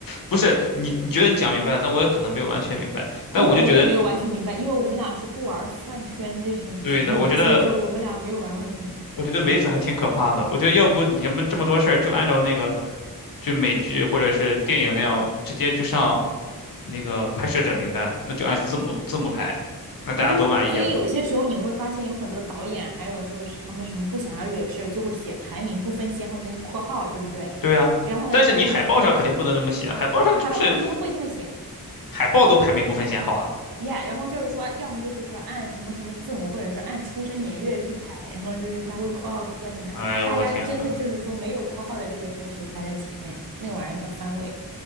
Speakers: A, on the left (about 70°); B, on the right (about 70°).
A: 不是你，你觉得你讲明白了，但我也可能没有完全明白。但我就觉得，
B: 因为我也没有完全明白，因为我们俩是不玩饭圈这些事儿的，
A: 对的，我觉得
B: 所以说我们俩没有完完全全整明白
A: 我觉得伪粉还挺可怕的。我觉得要不你要么这么多事儿，就按照那个就美剧或者是电影那样，直接就上那个拍摄者名单，那就按字母字母排，那大家都满意了。
B: 啊。对呀，啊所以有些时候你会发现，有很多导演还有说是他们什么不想要惹事儿，就会写排名不分先后那个括号，对不对？
A: 对呀、
B: 然后呢，
A: 但是你海报上肯定不能这么写，
B: 但他们
A: 海报上就是
B: 海报上他们会这么写。
A: 海报都排名不分先后啊。
B: ，yeah，然后就是说，要么就是说按什么什么字母，或者说按出生年月日排，然后就是他会括号括在哪。
A: 哎呦我天呐，
B: 大家真的就是说没有括号的这个时候，谁排在前面，那个玩意儿叫番位，